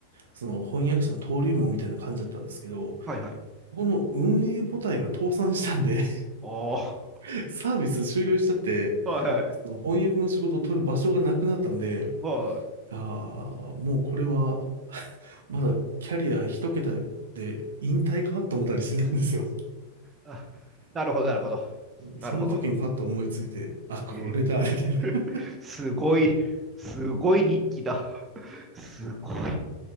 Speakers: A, on the right (about 65°); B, on the right (about 20°).
A: その翻訳者の登竜門みたいな感じだったんですけど、
B: はいはい。
A: そこの運営母体が倒産したんで
B: あ
A: <laughs> サービス終了しちゃって、
B: あ。はいはい。
A: その翻訳の仕事を取る場所がなくなったんで、
B: はい。
A: ああ、もうこれは、<laughs> まだキャリア一桁で引退かと思ったりしてたんですよ。
B: あ、なるほど、なるほど。なるほど。
A: その時にパッと思いついて、あ、これだ。
B: え
A: <laughs> みたいな
B: ー、すごい。すごい日記だ。すごい。